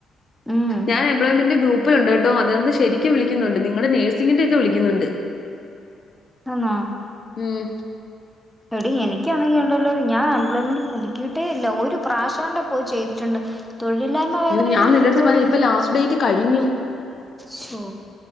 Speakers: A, in the centre; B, on the left.
A: ഉം
B: ഞാ എംപ്ലോയ്മെന്റ് ഗ്രൂപ്പ പ്പിലുണ്ടേട്ടോ അതിനൊന്ന് ശരിക്കും വിളിക്കുന്നുണ്ട് നിങ്ങള് നേഴ്സിങ്ങിന്റെയൊക്കെ വിളിക്കുന്നുണ്ട്
A: ആണൊ
B: ഉം
A: എടി എനിക്കൊന്ന്യ്യണ്ടല്ലോ ഞാ എംപ്ലോയ്മൻ്റ് പുത്ക്കി ഇട്ടേല്ല ഒരു പ്രാശ കൊണ്ട പോയി ചെയ്തിട്ടുണ്ട് തൊഴിലില്ലായ്മ വേതനെങ്കിലും
B: ഇയ്യൊ ഞാൻ നിന്റെ
A: കിട്ടുവോടി
B: എട്ത്ത് പറഞ്ഞിലെ ഇപ്പൊ ലാസ്റ്റ് ഡേറ്റ് കഴിഞ്ഞ്.
A: ശോ